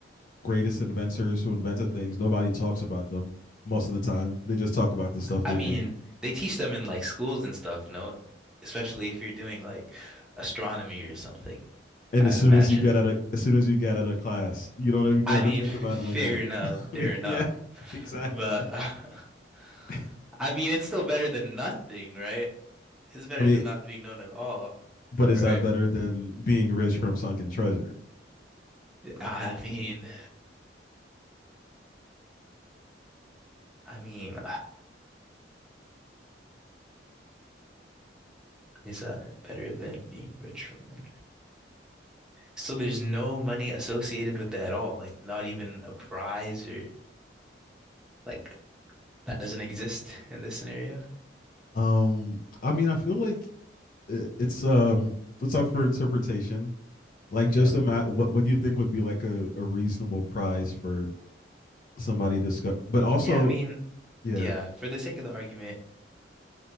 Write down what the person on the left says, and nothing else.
greatest inventors who invented things, nobody talks about them most of the time. They just talk about the stuff
they
made.
And
as soon
as you get out of as soon as you get out of class, you don't you never
think
about them again.
<laughs> I
mean,
yeah, <laughs> exactly.
I
mean,
but is
that
better than being rich from sunken treasure?
Um, I mean, I feel like it's um it's up for interpretation. Like,
just imagine what what do you think would be like a, a reasonable prize for somebody to discover? But also,
yeah,